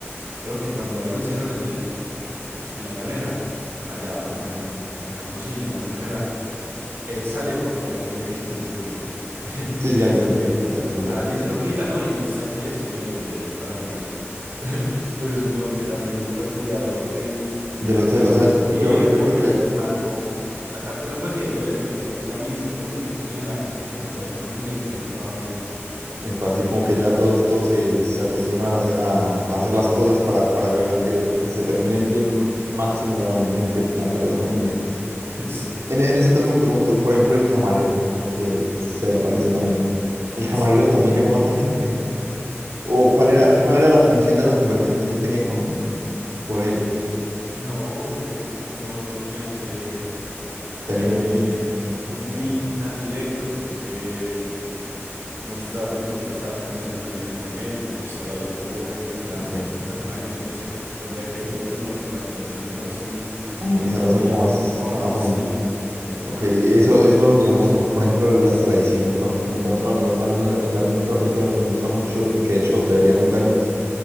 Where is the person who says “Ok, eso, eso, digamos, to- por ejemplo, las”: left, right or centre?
Right